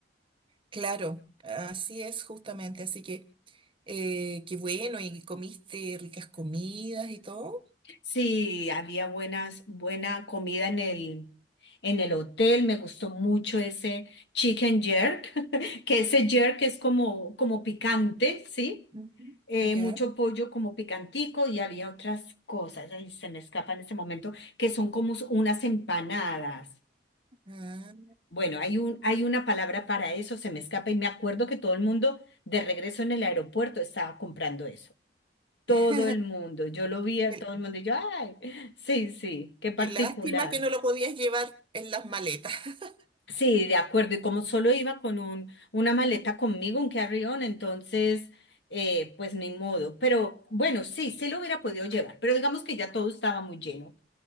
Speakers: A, on the right (about 30°); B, on the left (about 70°).
A: Claro, así es justamente, así que eh, qué bueno, y comiste ricas comidas y todo.
B: Sí, había buenas, buena comida en el, en el hotel. Me gustó mucho ese chicken jerk, <laughs> que ese jerk es como, como picante, ¿sí?
A: Ujú.
B: Eh,
A: Ya.
B: mucho pollo como picantico y había otras cosas, ahí se me escapa en este momento, que son como unas empanadas.
A: Ah.
B: Bueno, hay un, hay una palabra para eso, se me escapa y me acuerdo que todo el mundo de regreso en el aeropuerto estaba comprando eso todo
A: <laughs>
B: el mundo. Yo lo vi a
A: Qué,
B: todo el mundo y yo, ay, <laughs> sí, sí, qué particular.
A: qué lástima que no lo podías llevar en las maletas. <laughs>
B: Sí, de acuerdo. Y como solo iba con un, una maleta conmigo, un carry-on, entonces, eh, pues ni modo. Pero bueno, sí, sí lo hubiera podido llevar, pero digamos que ya todo estaba muy lleno.